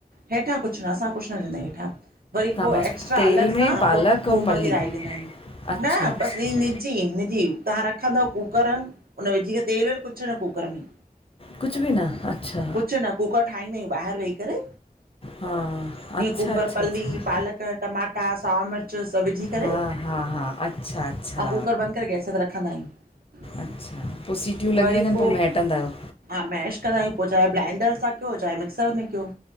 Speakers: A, on the right (about 80°); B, on the left (about 40°).
A: हेठां कुछ न, असां कुछ न विझंदायूं हेठां। वरी
B: तव्हां
A: पो
B: बसि
A: एक्स्ट्रा
B: तेल
A: अलॻि सां
B: में पालक
A: पो थूम
B: और पली
A: जी राई ॾींदा आहियूं,
B: अच्छा
A: न
B: अच्छा
A: बसि ईनि ची इनिजी तव्हां रखंदव कुकर उन विझ करे तेल -वेल कुछ न कूकर में,
B: कुछ बि न, अच्छा।
A: कुछ न कुूकर ठाहींदायूं ॿाहिरि वेही करे,
B: हा
A: ईअं
B: अच्छा
A: कुकर
B: अच्छा
A: पल्ली,
B: अच्छा
A: पालक टमाटा, साओ मिर्च च सभु विझी करे
B: हा हा हा अच्छा अच्छा
A: अउं कूकर बंदि करे गैस ते रखंदा आहियूं।
B: अछा पो सिटियूं लॻी
A: वरी
B: वञनि,
A: पोइ
B: पो मैटंदा आहियो?
A: हा, मेश कंदायूं पो चाहे ब्लाइंडर सां कयो चाहे मिक्सर में कयो।